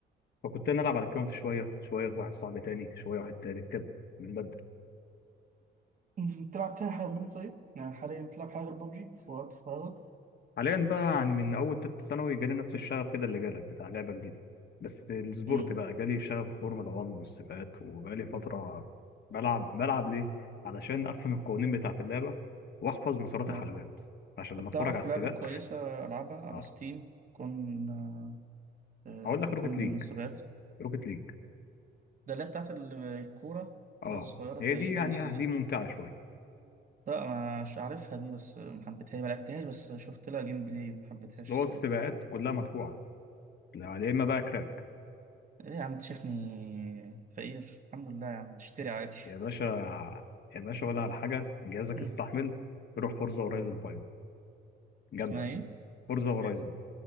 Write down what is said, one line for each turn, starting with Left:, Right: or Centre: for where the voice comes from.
Left: فكنت انا العب على الكاونت شويه شويه في واحد صاحبي تاني شويه واحد تالت كده بنبدل
Right: مم، بتلعب تاني حاجة غير ببجي طيب؟ يعني حاليا بتلعب حاجة غير ببجي في وقت فراغك؟
Left: حاليا بقى يعني من اول تالتة ثانوي جالي نفس الشغف كده اللي جالك بتاع لعبه جديده بس السبورت
Right: امم
Left: بقى جالي شغف الفورمولا 1 والسباقات وبقالي فتره بلعب بلعب ليه علشان افهم القوانين بتاعه اللعبه واحفظ مسارات
Right: اه
Left: الحلبات عشان لما
Right: طب
Left: اتفرج
Right: تعرف
Left: على السباق
Right: لعبة كويسة ألعبها على
Left: اعرف
Right: ستيم تكون آه، آه،
Left: اقول
Right: تكون
Left: لك روكت ليج
Right: سبات
Left: روكت ليج
Right: ده اللي هي بتاعت ال- الكورة الكورة
Left: اه
Right: الصغيرة
Left: هي
Right: تقريبا
Left: دي يعني
Right: دي اللي
Left: آه، دي ممتعه شويه
Right: لا مش عارفها دي بس ما حبيتهاش ما لعبتهاش بس شفت لها جيم بلاي وما حبيتهاش
Left: بس هو
Right: الصراحة
Left: السباقات كلها مدفوعه لا يا اما بقى كراك
Right: ايه يا عم انت شايفني فقير الحمد لله يا عم اشتري عادي
Left: يا باشا يا باشا ولا على حاجة جهازك
Right: <laughs>
Left: استحمل روح فورزا هورايزن 5 جامدة
Right: اسمها ايه؟
Left: فورزا هورايزن